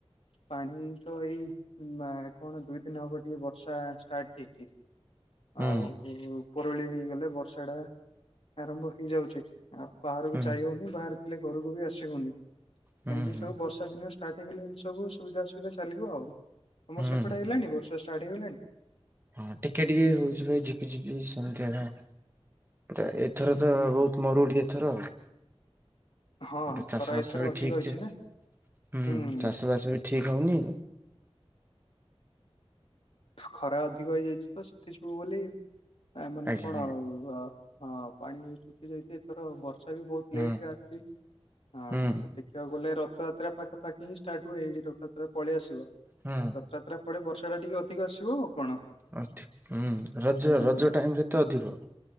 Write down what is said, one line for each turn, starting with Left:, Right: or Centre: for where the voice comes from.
Left: ପାଣି ତ ଏଇ ଉଁ ନା କଣ ଦୁଇ ଦିନ ହବ ଟିକେ ବର୍ଷା ଷ୍ଟାର୍ଟ ହେଇଛି।
Right: ହୁଁ
Left: ଆଉ ଉପରଓଳି ହେଇଗଲେ ବର୍ଷାଟା ଆରମ୍ଭ ହେଇଯାଉଛି। ଆଉ ବାହାରକୁ
Right: ହୁଁ
Left: ଯାଇ ହଉନି। ବାହାରେ ଥିଲେ ଘରକୁ ବି ଆସି ହଉନି।
Right: ହୁଁ
Left: ଏମିତି
Right: ହୁଁ
Left: ସବୁ ବର୍ଷା ଦିନ ସ୍ ଷ୍ଟାର୍ଟ ହେଇଗଲେ ଏମତି ସବୁ ସୁବିଧା ଅସୁବିଧା ଚାଲିବ ଆଉ। ତମର
Right: ହୁଁ
Left: ସେପଟେ ହେଲାଣି ବର୍ଷା ଷ୍ଟାର୍ଟ ହେଇଗଲାଣି?
Right: ହଁ ଟିକେ ଟିକେ ହଉଛି ଭାଇ ଝିପିଝିପି ସେମତି ହେଣା ଆଉ। ଏଟା, ଏଥର ତ
Left: ହୁଁ
Right: ବହୁତ ମରୁଡି ଏଥର ଆଉ।
Left: ହଁ
Right: ପରେ ଚାଷ
Left: ଖରା
Right: ବାସ
Left: ଏଥର
Right: ବି
Left: ଅଧିକ
Right: ଠିକ
Left: ହେଇଛି
Right: ଚେ
Left: ନା
Right: ହୁଁ
Left: ହୁଁ
Right: ଚାଷ ବାସ ବି ଠିକ୍ ହଉନି।
Left: ଖରା ଅଧିକ ହେଇଯାଇଛି ତ ସେଥି ସବୁ ବୋଲି ଆ ମାନେ
Right: ଆଜ୍ଞା
Left: କଣ
Right: ଆଜ୍ଞା
Left: ଆଉ ଆ ହଁ ପାଣି ବହୁତ ଶୁଖି ଯାଇଛି ଏଥର ଆଉ। ବର୍ଷା ବି ବହୁତ
Right: ହୁଁ
Left: ଲେଟ ରେ ଆସିଚି। ହଁ
Right: ହୁଁ
Left: ଦେଖ ଖିବାକୁ ଗଲେ ରଥଯାତ୍ରା ପାଖପାଖି ହିଁ ଷ୍ଟାର୍ଟ ହୁଏ ଏଇଠି ରଥଯାତ୍ରା ପଳେଇଆସିବ।
Right: ହୁଁ
Left: ରଥଯାତ୍ରା ପଡେ ବର୍ଷା ଟା ଟିକେ ଅଧିକ ଆସିବ ଆଉ କଣ।
Right: ଅ ଥି ହୁଁ ରଜ
Left: ହୁଁ।
Right: ରଜ ଟାଇମରେ ତ ଅଧିକ।